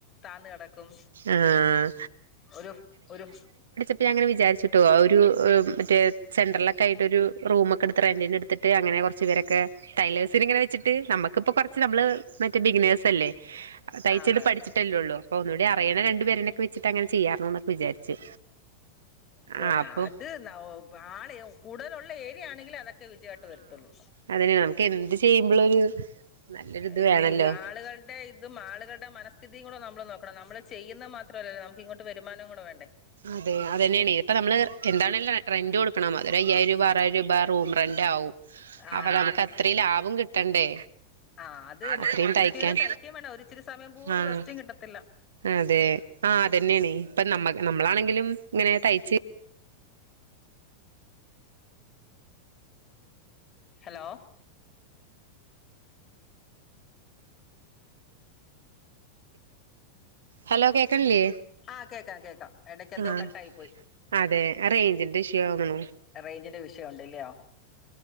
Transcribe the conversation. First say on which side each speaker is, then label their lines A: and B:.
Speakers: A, on the left; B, on the right.
A: താന്ന് കെടക്കും
B: ആഹ്
A: ഒരു ഒരു
B: ഇപ്പം ഞാനിങ്ങനെ വിചാരിച്ചിട്ടോ ഒരു മറ്റേ സെന്റർലൊക്കെയിട്ട് ഒരു റൂമൊക്കെ എടുത്ത് റെന്റിനെടുത്തിട്ട് അങ്ങനെ കൊറച്ചു പേരൊക്കെ ടൈലേഴ്സിനിങ്ങനെ വെച്ചിട്ട് നമ്മുക്കിപ്പൊ കൊറച്ച് നമ്മള് മറ്റേ ബിഗിനേഴ്സ് അല്ലേ തയ്ച്ചെയ്ത്
A: ആന്നാന്ന്
B: പഠിച്ചിട്ടല്ലേ ഉള്ളൂ അപ്പൊ ഒന്നൂടീ പയ്യനെ രണ്ടു പേരനൊക്കെ വെച്ചിട്ടങ്ങനെ ചെയ്യാർന്നുന്നൊക്കെ വിചാരിച്ചു
A: പിന്നെ
B: ആഹ് അപ്പൊ
A: അത് ആളെയാ കൂടുതലുള്ള ഏരിയ ആണെങ്കിലും അതൊക്കെ വിജയായിട്ട് വരത്തുള്ളൂ
B: അതെന്നെ നമുക്ക് എന്ത് ചെയ്യുമ്പോളൊരു നല്ലൊരിത്
A: ഈ
B: വേണല്ലോ
A: ആളുകളുടെ ഇ ഇതും ആളുകളുടെ മനസ്ഥിതിയും കൂടെ നമ്മള് നോക്കണം നമ്മൾ ചെയ്യുന്ന മാത്രമല്ലല്ലോ നമുക്കിങ്ങോട്ട് വരുമാനം കൂടെ വേണ്ടേ
B: അതെ അതെന്നെണേ ഇപ്പ നമ്മള് എന്താണേലും റെന്റ് കൊടുക്കണം അത് ഒരു അയ്യായിരം രൂപ ആറായിരം രൂപ റൂം റെന്റ് ആവും അപ്പൊ
A: ആന്ന്
B: നമുക്കത്രയും ലാഭം കിട്ടണ്ടേ
A: ആഹ്
B: അത്രയും
A: അത് കുത്തിരിന്ന്
B: തയ്ക്കാൻ
A: തയ്ക്കും വേണം ഒരു ഇച്ചിരി സമയം പോലും
B: ആഹ്
A: റെസ്റ്റും കിട്ടത്തില്ല.
B: അതെ ആഹ് അത്തന്നെയണ ഇപ്പ നമ്മ നമ്മളാണെങ്കിലും ഇങ്ങനെ തയ്ച്ച്.
A: ഹലോ.
B: ഹലോ കേക്കണില്ലേ
A: ആഹ് കേക്കാം കേക്കാം ഇടക്ക് എന്തോ
B: ആഹ്
A: കട്ട ആയി പോയി.
B: അതെ റേഞ്ചിന്റെ ഇഷ്യൂ ആണെന്ന്
A: റേഞ്ചിന്റെ വിഷയം ഉണ്ട്ല്ലയോ?